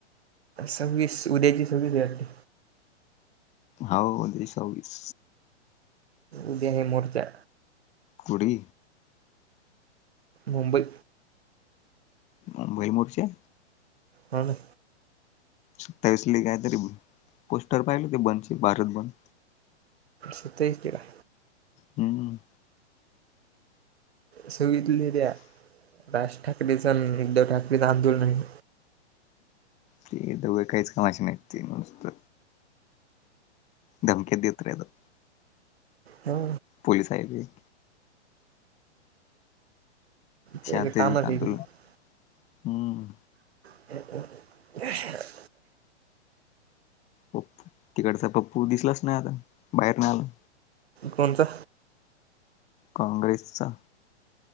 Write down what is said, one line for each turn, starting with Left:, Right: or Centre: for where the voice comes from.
Right: सहविसा उद्याचे सहविसा हे वाटते.
Left: होव उद्या सहविस.
Right: उद्या हे मोर्चा.
Left: कुडी.
Right: मुंबई.
Left: मुंबई मोर्चा?
Right: हो ना.
Left: सत्तावीसली कायतरी पोस्टर पाहिलं ते बंदचे भारत बंद.
Right: सातवीस ते ला.
Left: हम्म!
Right: सहविसा जुलै या राज ठाकरेच उद्धव ठाकरेचं आंदोलन हाय.
Left: ते दोघं काहीच कमाशी नाहीत ते नुसत धमक्या देत राहीतात.
Right: हो.
Left: पोलीस आहेत.
Right: त्याच
Left: शांततेत
Right: कामच आहे
Left: आंदोलन. हम्म!
Right: <inaudible>
Left: पप्प तिकडचा पप्पू दिसलाच नाही आता बाहेर नाही आला.
Right: कोणाचा?
Left: काँग्रेसचा.